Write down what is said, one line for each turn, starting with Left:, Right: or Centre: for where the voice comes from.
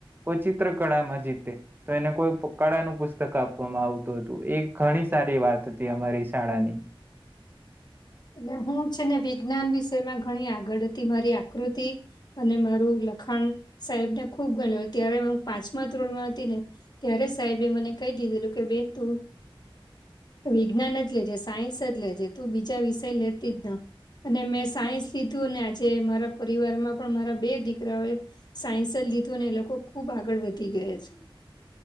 Right: કો ચિત્ર કળામાં જીતે તો એને કોઈ કળાનું પુસ્તક આપવામાં આવતું હતું. એ ઘણી સારી વાત હતી અમારી શાળાની.
Left: અને હું છે ને વિજ્ઞાન વિષયમાં ઘણી આગળ હતી મારી આકૃતિ અને મારું લખાણ સાહેબ ને ખુબ ગણ ત્યારે પાંચમા ધોરણમાં હતી ને ત્યારે સાહેબે મને ક કે બે ત વિજ્ઞાન જ લેજે સાયન્સ જ લેજે તું બીજા વિ લેતીના. અને મેં સાયન્સ લીધું અને આજે મારા પરિવારમાં પણ મારા બે દીકરાઓ એ સાયન્સ લીધું ને એ લોકો ખુબ આગળ વધી ગયા છે.